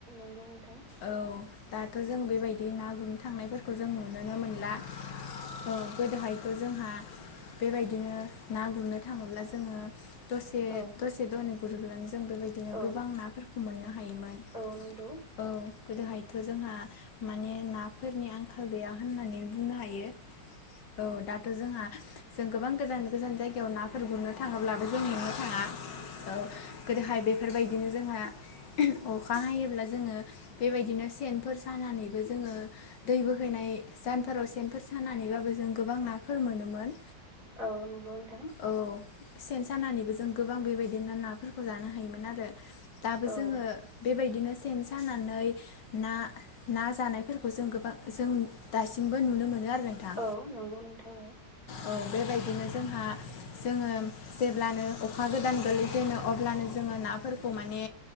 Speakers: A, on the right (about 25°); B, on the left (about 80°).
A: नोंगौ नोंथां
B: औ दाथ' जों बेबायदि ना गुरनो थांनायफोरखौ जों नुुनोनो मोनला औ गोदोहाय थ' जोंहा बेबायदिनो ना गुरनो थाङोब्ला जोङो दसे
A: औ
B: दसे दनै गुरोब्लानो जों बेबायदिनो
A: औ
B: गोबां नाफोरखौ मोननो हायोमोन
A: औ नंगौ
B: औ गोदोहाय थ' जोंहा माने नाफोरनि आंखाल गैया होननानै बुंनो हायो औ दाथ' जोंहा जों गोबां गोजान गोजान जायगायाव नाफोर गुरनो था थाङोब्लाबो जोंनियावनो थाङा औ गोदोहाय बेफोरबायदि बिदिनो जोंहा अखा हायोब्ला जोङो बेबायदि सेनफोर सानानैबो जोङो दै बोहैनाय जानफोराव सेनफोर सानानैबाबो जों गोबां नाफोर मोनोमोन
A: औ नंगौ नोंथां
B: औ सेन जानानैबो जों गोबां बेबायदिनो नाफोरखौ जानो हायोमोन आरो दाबो
A: औ
B: जोङो बेबायदिनो सेन सानानै ना ना जानायफोरखौ जों गोबां जों दासिमबो नुनो मोनो आरो नोंथां
A: औ नंगौ नोंथां औ
B: औ बेबायदिनो जोंहा जोङो जेब्लानो अखा गोदान गोलैजेनो अब्लानो जोङो नाफोरखौ माने